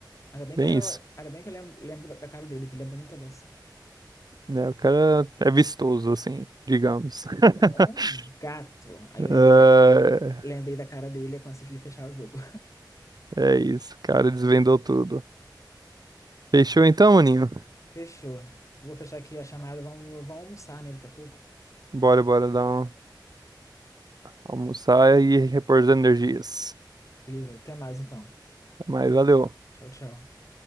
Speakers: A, on the left; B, on the right.
A: Ainda bem
B: bem
A: que eu lembro,
B: isso.
A: ainda bem que eu lembro, lembro da, da cara dele, que ele é bonito também. assim.
B: Né? O cara é vistoso, assim, digamos. <laughs>
A: É um Gato. Aí eu
B: É,
A: lembrei da, lembrei da cara dele e consegui fechar o jogo.
B: é isso, o cara desvendou tudo. Fechou então, maninho?
A: Fechou. Vou fechar aqui a chamada. Vamos, vamos almoçar, né, daqui a pouco.
B: Bora, bora dar um almoçar e repor as energias.
A: Beleza, até mais então.
B: Mas valeu.
A: Tchau, tchau.